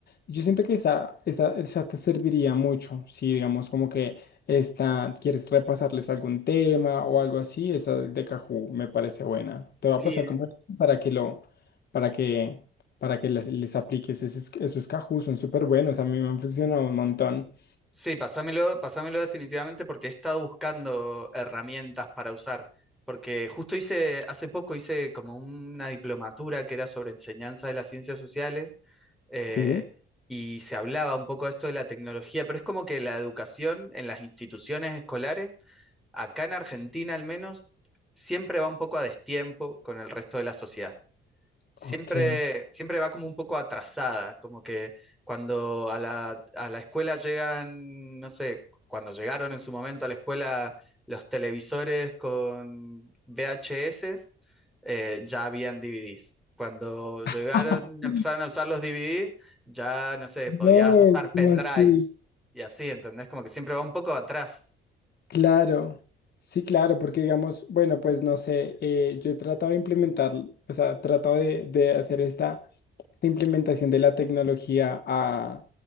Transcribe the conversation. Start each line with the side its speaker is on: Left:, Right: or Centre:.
Left: Yo siento que esa, esa, esa te serviría mucho, si digamos como que esta, quieres repasarles algún tema o algo así, esa de Kahoot me parece buena.
Centre: Sí,
Left: Te va a pasar como para que lo, para que para que les, les apliques esos, esos Kahoot, son súper buenos, a mí me han funcionado un montón.
Centre: Sí, pásamelo, pásamelo definitivamente porque he estado buscando herramientas para usar, porque justo hice, hace poco hice como una diplomatura que era sobre enseñanza de las ciencias sociales eh,
Left: Sí.
Centre: y se hablaba un poco de esto de la tecnología, pero es como que la educación en las instituciones escolares, acá en Argentina al menos, siempre va un poco a destiempo con el resto de la sociedad siempre,
Left: Ok.
Centre: siempre va como un poco atrasada, como que cuando a la, a la escuela llegan, no sé, cuando llegaron en su momento a la escuela los televisores con VHS, eh, ya habían DVDs. Cuando llegaron,
Left: <laughs>
Centre: empezaron a usar los DVDs, ya, no sé, podías
Left: No,
Centre: usar pendrives
Left: ¿cómo así?
Centre: y así, ¿entendés? Como que siempre va un poco atrás.
Left: Claro, sí, claro, porque digamos, bueno, pues no sé, eh, yo he tratado de implementar, o sea, he tratado de, de hacer esta la implementación de la tecnología a-